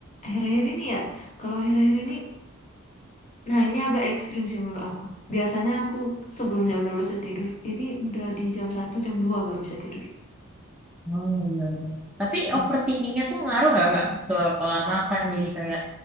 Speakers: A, on the left (about 30°); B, in the centre.
A: akhir-akhir ini ya. Kalau akhir-akhir ini Nah, ini agak ekstrim sih menurut aku. Biasanya aku sebelum jam 12 sudah tidur. Ini udah di jam satu jam dua baru bisa tidur.
B: Oh, ya udah. Tapi
A: Hmm.
B: overthinkingnya tuh ngaruh nggak Kak ke pola makan jadi kayak